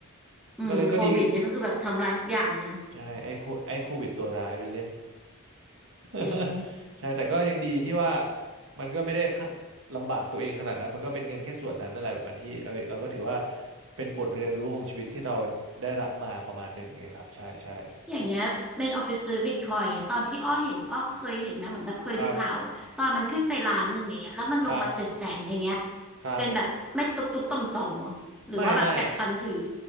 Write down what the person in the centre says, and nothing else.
อืมโควิดเนี่ยก็คือแบบทำลายทุกอย่างเลยนะ
จริง
อย่างเงี้ยเป็นเอาไปซื้อบิตคอยน์อย่างเงี้ยตอนที่อ้อเห็นอ้อเคยเห็นนะเหมือนแบบเคยดูข่าวอะตอนมันขึ้นไปล้านหนึ่งอย่างเงี้ยแล้วมันลงมาเจ็ดแสนอย่างเงี้ย
เป็นแบบไม่ตุบตุบต่อมต่อมๆเหรอหรือว่าแบบกัดฟันถือ